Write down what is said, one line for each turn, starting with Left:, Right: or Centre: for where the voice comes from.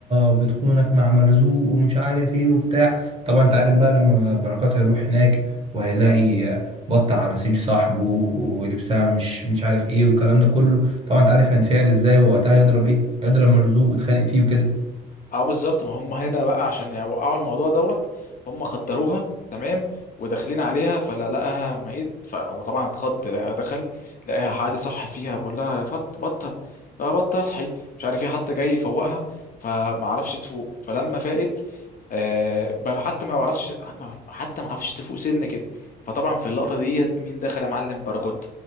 Right: بتخونك مع مرزوق ومش عارف ايه وبتاع طبعا انت عارف بقى لما بركات هيروح هناك وهيلاقي بط على سرير صاحبه ولبسها مش مش عارف ايه والكلام ده كله طبعا انت عارف هينفعل ازاي ووقتها هيضرب ايه هيضرب مرزوق ويتخانق فيه وكده
Left: اه بالظبط ما هم هنا بقى عشان يوقعوا الموضوع دوت هم خدروها تمام وداخلين عليها فلا لقاها ميت فهو طبعا اتخض لقاها دخل لقاها حد صحي فيها بيقول لها يا فط بطه يا بطه اصحي مش عارف ايه حتى جاي يفوقها فما عرفش تفوق فلما فاقت آه ما- حتى ما عرفش ما- حتى ما عرفش تفوق سنه كده فطبعا في اللقطه ديت مين دخل يا معلم باراكوت